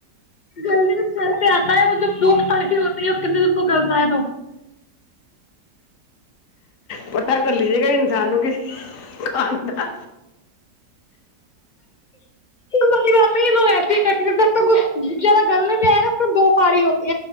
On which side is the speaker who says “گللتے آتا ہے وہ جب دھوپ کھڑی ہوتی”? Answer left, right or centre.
Left